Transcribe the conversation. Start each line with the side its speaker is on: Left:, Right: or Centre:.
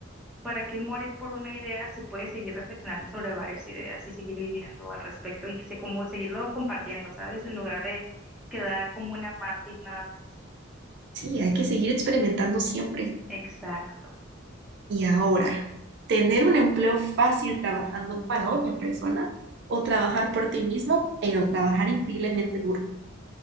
Centre: para qué morir por una idea se puede seguir reflexionando sobre varias ideas y seguir viviendo al respecto y que se, como seguirlo compartiendo, ¿sabes? En lugar de quedar como una mártir nada más.
Right: Sí, hay que seguir experimentando siempre.
Centre: Exacto.
Right: Y ahora, ¿tener un empleo fácil trabajando para otra persona o trabajar por ti mismo, pero trabajar increíblemente duro?